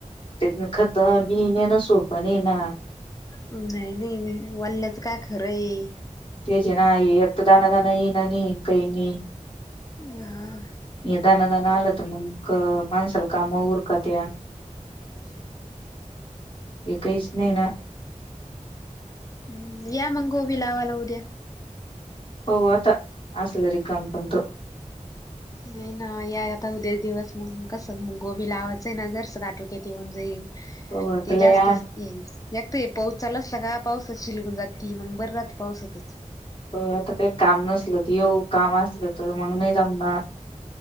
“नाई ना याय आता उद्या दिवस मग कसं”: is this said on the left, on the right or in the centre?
Left